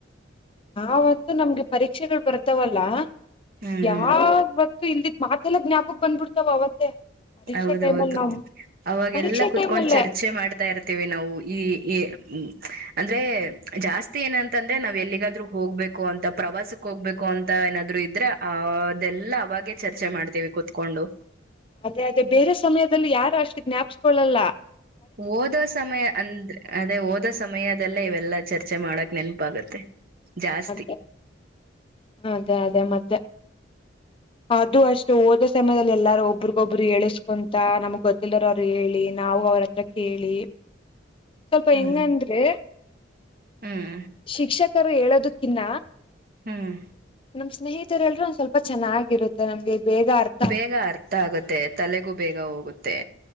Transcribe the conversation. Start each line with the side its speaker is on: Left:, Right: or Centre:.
Left: ನಾವಂತ ನಮ್ಗೆ ಪರೀಕ್ಷೆಗಳು ಬರ್ತಾವಲ್ಲ
Right: ಹ್ಮ್
Left: ಯಾವ
Right: ಹ್ಮ್
Left: ಇಲ್ಲಿತ್ ಮತ್ತೆಲ್ಲ ಜ್ಞಾಪಕ್ ಬಂದ್ಬಿಡ್ತಾವ ಅವತ್ತೆ ಪರೀಕ್ಷೆ
Right: ಹೌದೌದು
Left: ಟೈಮಲ್ಲಿ ನಾವ್
Right: ಅವಾಗ
Left: ಪರೀಕ್ಷೆ
Right: ಎಲ್ಲ ಕುೂತ್ಕೊಂಡ್
Left: ಟೈಮ್ ಅಲ್ಲೇ
Right: ಚರ್ಚೆ ಮಾಡ್ತ ಹತಾ ಇರ್ತೇವಿ ನಾವು ಈ ಈ್ಮ ಅಂದ್ರೆ ಜಾಸ್ತಿ ಏನಂತಂದ್ರೆ ನಾವ್ ಎಲ್ಲಿಗಾದ್ರೂ ಹೋಗ್ಬೇಕು ಅಂತ ಪ್ರವಾಸಕ್ ಹೋಗ್ಬೇಕು ು ಅಂತ ಏನಾದ್ರು ಇದ್ರ ಅ ಅದೆಲ್ಲ ಅವಾಗೆ ಚರ್ಚೆ ಮಾಡ್ತೇವಿ ಕುೂತ್ಕೊಂಡು
Left: ಅದೇ ಅದೇ ಬೇರೆ ಸಮಯದಲ್ಲಿ ಯಾರು ಅಷ್ಟ ಜ್ಞಾಪಿಸಕೊಳ್ಳಲ್ಲ
Right: ಓದೋ ಸಮಯ ಅಂದ್ರೆ ಅದೇ ಹೋದ ಸಮಯದಲ್ಲೇ ಇವೆಲ್ಲಾ ಚರ್ಚೆ ಮಾಡಕ್ ನೆನಪಾಗತ್ತೆ ಜಾಸ್ತಿ
Left: ಅ ಅದೇ ಅದೇ ಮತ್ತೆ ಅದು ಅಷ್ಟು ಓದ ಸಮಯದಲ್ಲಿ ಎಲ್ಲಾರು ಒಬ್ರಗೊಬ್ರು ಎಳಸ್ಕೊಂತ ನಮ್ಗ್ ಗೊತ್ತಿಲ್ಲರರು ಅವ್ರು ಹೇಳಿ ನಾವು ಅವ್ರ ಹತ್ರ ಕೇಳೇಳಿ ಸ್ವಲ್ಪ
Right: ಹ್ಮ್
Left: ಹೆಂಗಂದ್ರೆ
Right: ಹ್ಮ್
Left: ಶಿಕ್ಷಕರು ಹೇಳೋದಕ್ಕಿನ್ನ
Right: ಹ್ಮ್
Left: ನಮ್ ಸ್ನೇಹಿತರೆಲ್ಲರೂ ಒಂದ್ ಸ್ವಲ್ಪ ಚೆನ್ನಾಗಿರುತ್ತೆ ನಮ್ಗೆ ಬೇಗ ಅರ್
Right: ಬೇಗ ಅರ್ಥ ಆಗುತ್ತೆ ತಲೆಗೂ ಬೇಗ ಹೋಗುತ್ತೆ